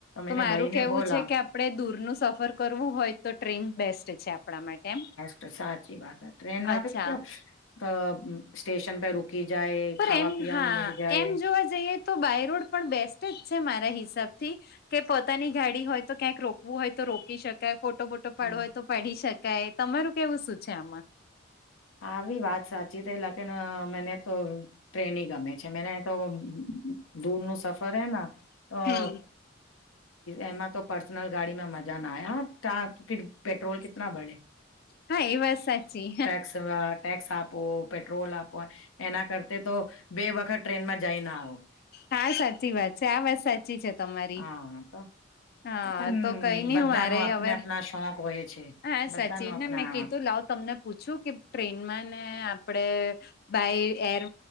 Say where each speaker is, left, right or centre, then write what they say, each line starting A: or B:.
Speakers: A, on the left (about 50°); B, on the left (about 90°).
A: તો
B: મેને
A: મારું
B: ભાઈ ને
A: કેવું
B: બોલા
A: છે કે આપણે દૂરનું સફર કરવું હોય તો ટ્રેન બેસ્ટ છે આપડા માટે એમ
B: તો સાચી બાત હ ટ્રેન ના
A: અચ્છા
B: તો કેવા અ સ્ટેશન પે રૂ કી જાય
A: પર
B: ખાવા
A: એમ
B: પીવાનું
A: હા
B: મિલ જાય
A: એમ જોવા જઈએ તો બાયરોડ પણ બેસ્ટ જ છે મારા હિસાબથી કે પોતાની ગાડી હોય તો ક્યાંક રોકવું હોય તો રોકી શક કે ફોટો બોટો
B: હમ.
A: પાડવો હોય તો પાડી શકાય તમારું કેવું શું છે આમાં
B: આવી વાત સાચી છે લેકીન મેને તો ટ્રેને ગમે છે મને તો દૂરનું સફર હેના અ
A: હમ.
B: એમાં તો પર્સનલ ગાડી મે મજા ના આયા <unintelligible> પેટ્રોલ કીતના બઢે
A: હા એ વાત સાચી
B: <unintelligible> ટેક્સ આપો પેટ્રોલ આપો એના કરતા તો બે વખત ટ્રેનમાં જઈના આવો.
A: હા સાચી વાત છે આ વાત સાચી છે. તમારી
B: હા તો
A: હા
B: પણ
A: તો કઈ નઈ
B: બધા
A: હું મારે
B: ન આપને
A: હવે
B: આપના શોખ હોય છે
A: હા
B: બધા
A: સચિન
B: ન આપણા
A: ને મેં કીધું લાવ તમને પૂછું કે ટ્રેનમાં ને આપડે બાય એર